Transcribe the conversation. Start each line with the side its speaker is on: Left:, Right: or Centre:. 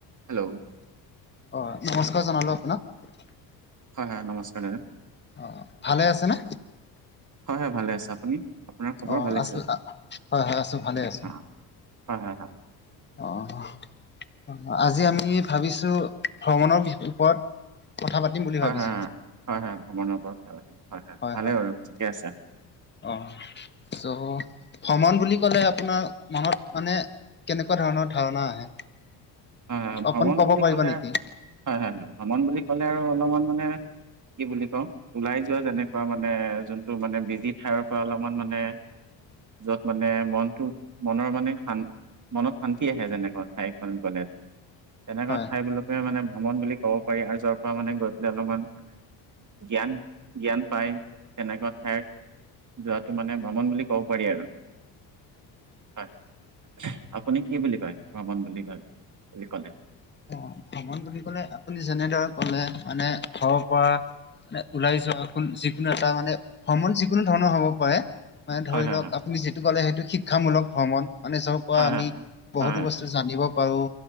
Right: Hello
Left: অ নমস্কাৰ জনালো আপোনাক।
Right: হয় হয় নমস্কাৰ দাদা।
Left: অ ভালে আছে নে?
Right: হয় হয় ভালে আছো আপুনি? আপোনাৰ খবৰ
Left: অ
Right: ভালে
Left: আছো
Right: আছে
Left: হয়, হয় আছো ভালে আছো।
Right: অ হয় হয় হ
Left: অহ, আজি আমি ভাবিছো ভ্ৰমণৰ বি ওপৰত কথা পাতিম বুলি
Right: হয়-
Left: ভাবিছিলো
Right: হয় -হয় -হয়- হয় ভ্ৰমণৰ ওৰত কথা পাতিম।
Left: হয়
Right: ভালে
Left: -হয়
Right: বাৰু ঠিকে আছে
Left: অহ চ' ভ্ৰমণ বুলি কলে আপোনাৰ মনত মানে কেনেকুৱা ধৰণৰ ধাৰণা আহে?
Right: হয়- হয়
Left: অকন
Right: ভ্ৰমণ
Left: ক'ব
Right: বুলি
Left: পাৰিবা
Right: ক'লে
Left: নেকি
Right: হয়-হয় -হয় ভ্ৰমণ বুলি ক'লে আৰু অলপমান মানে কি বুলি কওঁ ওলাই যোৱা যেনেকুৱা মানে যোনটো মানে বিজি ঠায়ৰ পৰা অলপমান মানে য'ত মানে মনটো মনৰ মানে শান্ত মনত শান্তি আহে যেনেকুৱা ঠাইখন গ'লে তেনেকুৱা
Left: হয়
Right: ঠাইখনকে মানে ভ্ৰমণ বুলি ক'ব পাৰি আৰু যৰ পৰা মানে গৈ পেলাই অলপমান জ্ঞান, জ্ঞান পায়, তেনেকুৱা ঠাইত যোৱাটো মানে ভ্ৰমণ বুলি ক'ব পাৰি আৰু। হয়, আপুনি কি বুলি কয় ভ্ৰমণ বুলি ভাব বুলি কলে?
Left: অহ, ভ্ৰমণ বুলি কলে আপুনি যেনেদৰে কলে মানে ঘৰৰ পৰা মানে ওলাই যোৱা যিকোনো এটা মানে ভ্ৰমণ যিকোনো ধৰণৰ হ'ব পাৰে মানে ধৰি
Right: হয় হয়
Left: লওক
Right: হয়
Left: আপুনি যিটো ক'লে সেইটো শিক্ষামূলক ভ্ৰমণ। মানে যৰ পৰা
Right: হয়
Left: আমি
Right: হয়
Left: বহুতো
Right: হয়
Left: বস্তু জানিব পাৰো